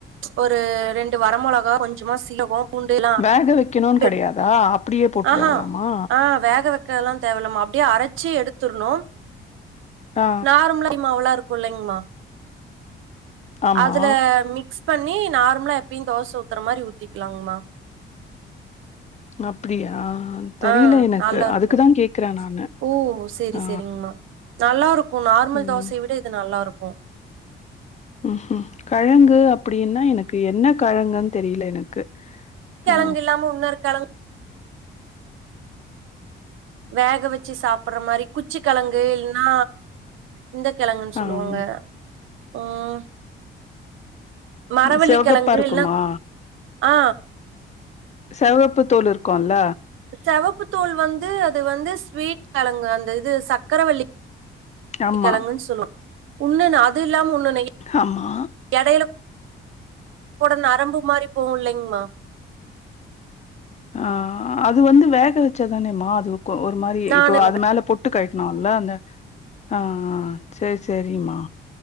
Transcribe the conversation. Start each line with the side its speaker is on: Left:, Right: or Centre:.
Right: ஒரு ரெண்டு வர மொளகா கொஞ்சுமா சீலகொ பூண்டுலா
Left: வேக வைக்கணும்னு
Right: க
Left: கிடையாதா? அப்படியே போட்டுறவலாமா?
Right: ஆஹா ஆ வேக வ க்கலா தேவல்லம்மா அப்டியே அரச்சு எடுத்துர்ணு
Left: ஆ,
Right: நார்ம்லா லி மாவுளா இருக்கு இல்லைங்ம்மா
Left: ஆமா.
Right: அதுல மிக்ஸ் பண்ணி நார்மலா எப்பயு தோச ஊத்துற மாரி ஊத்திக்லாங்மா
Left: அப்டியா தெரில
Right: ஆ
Left: எனக்கு
Right: நல்லா இருக்கு
Left: அதுக்குதா கேக்குற நானு
Right: ஓ சேரி
Left: ஆ,
Right: சேரிங்ம்மா நல்லா இருக்கு நார்மல்
Left: ம்.
Right: தோசய விட இது நல்லா இரு க்கு
Left: ம்ஹும் கழங்கு அப்டினா எனக்கு என்ன கழங்குன் தெரில எனக்கு
Right: கெழங்கில்லாம
Left: ஆ,
Right: உன்னொரு கெழங் வேக வச்சு சாப்புற மாரி குச்சி கெழங்கு இல்னா இந்த கெழங்குன் சொல்வாங்க
Left: ஆம்.
Right: ம் மரவள்ளிகெழங்கு
Left: சிவகப்பா இருக்குமா?
Right: இல்னா ஆ
Left: செவப்பு தோல் இருக்கூல
Right: செவப்பு தோல் வந்து அது வந்து ஸ்வீட் கெழங்கு அந்த இது சக்கரவல்லி
Left: ஆமா,
Right: கெழங்குன் சொல்லு உன்னோன்னு அது இல்லாம் உன்னோன்னு
Left: ஆமா
Right: எடைல கூட நரம்பு மாரி போவுலைங்மா
Left: ஆ அது வந்து வேக வச்சாதானேமா அது ஒரு மாரி
Right: நானு
Left: இப்போ அது மேல போ ட்டு கழ்ட்டுனூல அந்த ஆ சேரி சேரிமா